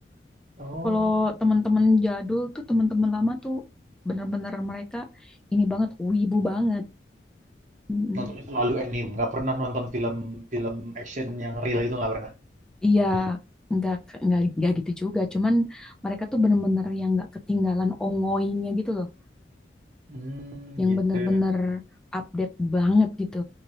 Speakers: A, on the right; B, in the centre.
A: Oh.
B: Kalau teman-teman jadul tuh, teman-teman lama tuh, bener-bener mereka ini banget, wibu banget. Mm-mm.
A: Nontonnya selalu anime, nggak pernah nonton film-film action yang real itu nggak pernah.
B: Iya, nggak nggak nggak gitu juga. Cuman mereka tuh bener-bener yang nggak ketinggalan ongoingnya gitu loh,
A: Hmm,
B: yang
A: gitu.
B: bener-bener update banget gitu.